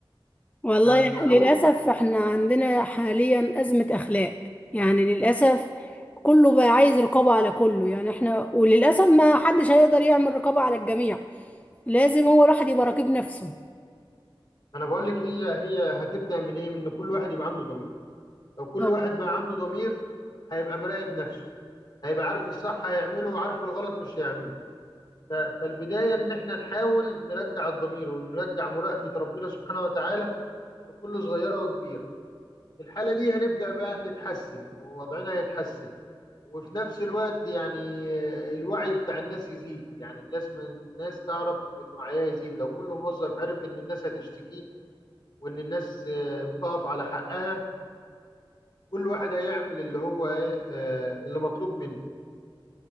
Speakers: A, on the left; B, on the left.
A: والله
B: ف... فاول
A: للأسف احنا عندنا حاليا أزمة أخلاق يعني للأسف كله بقى عايز رقابة على كله يعني احنا وللأسف ما حدش هيقدر يعمل رقابة على الجميع لازم هو الواحد يبقى راقب نفسه
B: انا بقول لك هي هي هتبدا من ايه من ان كل واحد يبقى عنده ضمير لو كل
A: أو-
B: واحد بقى عنده ضمير هيبقى مراقب نفسه هيبقى عارف الصح هيعمله وعارف الغلط مش هيعمله ف... فالبدايه ان احنا نحاول نرجع الضمير ونرجع مراقبه ربنا سبحانه وتعالى في كل صغيره وكبيره في الحاله دي هنبدا بقى نتحسن ووضعنا هيتحسن وفي نفس الوقت يعني آه، الوعي بتاع الناس يزيد يعني الناس ما الناس تعرف ان وعيها يزيد لو كل موظف عرف ان الناس هتشتكي وان الناس آه، بتقف على حقها كل واحد هيعمل اللي هو آه، اللي مطلوب منه